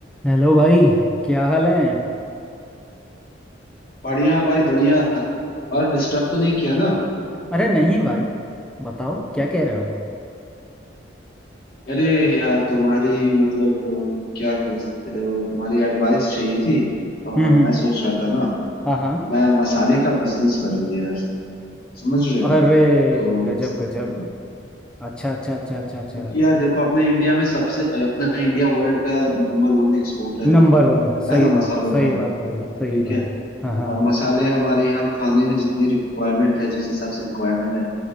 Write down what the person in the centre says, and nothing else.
Hello भाई क्या हाल है
अरे नहीं भाई बताओ क्या कह रहे हो
हम्म हम्म,
हाँ हाँ
अरे
गजब
गजब
अच्छा अच्छा अच्छा अच्छा अच्छा
नंबर
वन है सही
बात सही
बात भाई सही
बात
हाँ हाँ